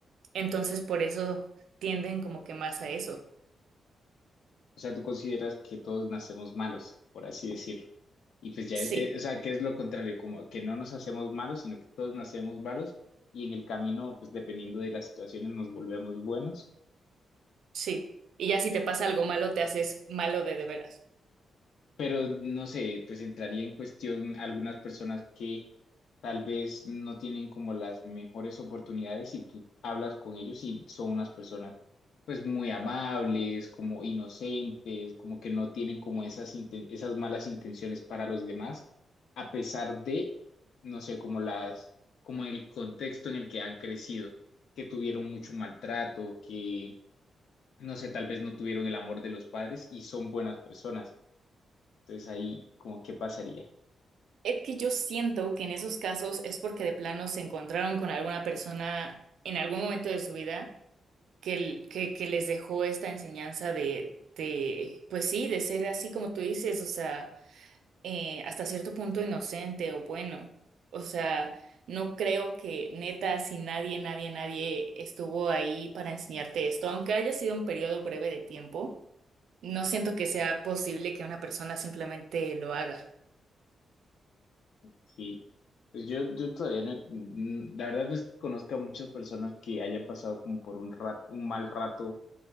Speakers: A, on the right; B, on the left.
A: Entonces, por eso tienden como que más a eso.
B: O sea, tú consideras que todos nacemos malos, por así decirlo. Y pues ya,
A: Sí,
B: eh, o sea, que es lo contrario, como que no nos hacemos malos, sino que todos nacemos malos y en el camino, pues dependiendo de las situaciones, nos volvemos buenos.
A: sí. Y ya si te pasa algo malo, te haces malo de de veras.
B: Pero no sé, pues entraría en cuestión algunas personas que tal vez no tienen como las mejores oportunidades y tú hablas con ellos y son unas personas pues muy amables, como inocentes, como que no tienen como esas, inten- esas malas intenciones para los demás, a pesar de, no sé, como las, como el contexto en el que han crecido, que tuvieron mucho maltrato, que, no sé, tal vez no tuvieron el amor de los padres y son buenas personas entonces ahí, como, ¿qué pasaría?
A: Es que yo siento que en esos casos es porque de plano se encontraron con alguna persona en algún momento de su vida que, l- que, que les dejó esta enseñanza de, de, pues sí, de ser así como tú dices, o sea eh, hasta cierto punto inocente o bueno. O sea, no creo que neta, si nadie, nadie, nadie estuvo ahí para enseñarte esto, aunque haya sido un periodo breve de tiempo, no siento que sea posible que una persona simplemente lo haga.
B: Sí. Pues yo, yo todavía no, mm, la verdad desconozco conozco a muchas personas que hayan pasado como por un rat- un mal rato